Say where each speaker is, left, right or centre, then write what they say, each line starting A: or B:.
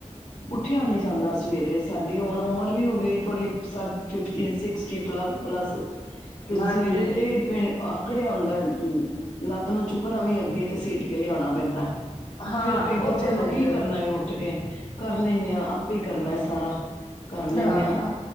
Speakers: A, on the left; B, on the left.
A: ਉੱਠਿਆ ਨਹੀਂ ਜਾਂਦਾ। ਸਵੇਰੇ ਸਾਡੀ ਹੁਣ ਉਮਰ ਉਹ ਵੀ ਹੋ ਗਈ। ਥੋੜੀ ਸਠ, ਫਿਫਟੀ, ਸੀਸਟੀ ਪਲੱਸ, ਪਲੱਸ ਤੇ ਸਵੇਰੇ
B: ਹਾਂਜੀ
A: 'ਤੇ ਪੇਟ ਆਕੜਿਆ ਹੁੰਂਦਾ। ਲੱਤ ਨੂੰ ਚੁੱਕਣਾ ਵੀ ਅੱਗੇ- ਕਸੀਟ ਕੇ ਲਿਆਉਣਾ ਪੈਂਦਾ।
B: ਹਾਂ
A: ਫਿਰ ਕਹਿੰਦਾ
B: ਉਹ ਤੇ
A: ਚਲੋ।
B: ਹੈ ਹੀ
A: ਕੀ
B: ਹੈ
A: ਕਰਨਾ ਉੱਠ ਕੇ ਕਰ ਲੈਂਦੇ ਆਂ। ਆਪੇ ਹੀ ਕਰਨਾ ਸਾਰਾ। ਕਰ ਲੈਣੇ
B: ਹਾਂ
A: ਆਂ।